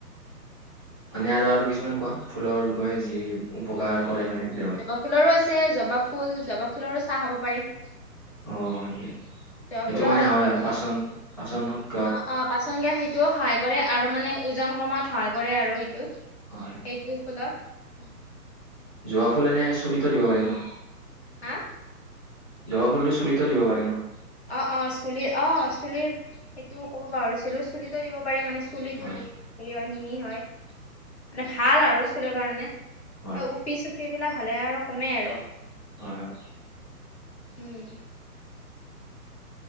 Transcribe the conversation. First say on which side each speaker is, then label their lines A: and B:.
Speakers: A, on the left; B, on the left.
A: মানে আৰু আৰু কিছুমান কোৱা ফুলৰ বিষয়ে যি উপকাৰ কৰে মানে? দেহত
B: জবা ফুলৰো আছে, জবা ফুল, জবা ফুলৰো চাহ খাব পাৰি।
A: অঁ হয়,
B: জবা
A: সেইটো
B: ফুলৰ
A: মানে হয় আৰু
B: মানে
A: পাচন পাচন হওক
B: অ অ পাচন গে সেইটোও সহায় কৰে আৰু মানে ওজন কমাত সহায় কৰে আৰু সেইটো সেইটো
A: হয়
B: ফুলত।
A: জবা ফুল এনে চলিত দিব পাৰি ন?
B: হা
A: জবা ফুলটো চুলিতো দিব পাৰি ন?
B: অ অ চুলিৰ অ চুলিৰ সেইটো ক'ব পাহৰিছিলো চুলিতো দিব পাৰি মানে চুলিটো
A: হয়
B: বহুত হেৰি হয় মিহি হয় মানে ভাল আৰু চুলিৰ কাৰণে।
A: হয়
B: উফি চুফিবিলাক হ'লে আৰু কমেই আৰু।
A: হয় হয়।
B: উম।